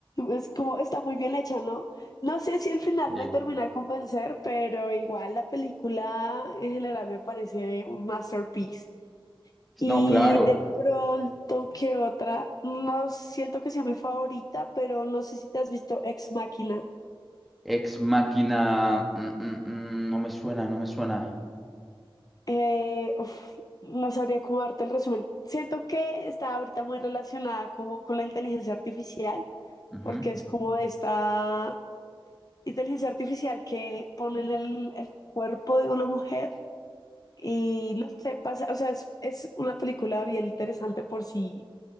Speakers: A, on the left; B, in the centre.
A: Es como, está muy bien hecha, ¿no? No sé si al final
B: Sí.
A: me termina de convencer, pero igual la película en general me parece un masterpiece. Y
B: No, claro.
A: de pronto, ¿qué otra? No siento que sea mi favorita, pero no sé si te has visto Ex Machina.
B: Ex Máquina. mm, mm, mm, no me suena, no me suena.
A: Eh, uf, no sabría cómo darte el resumen. Siento que está ahorita muy relacionada como con la inteligencia artificial,
B: Ujú.
A: porque es como esta inteligencia artificial que pone en el, el cuerpo de una mujer y no sé, pasa, o sea, es, es una película bien interesante por si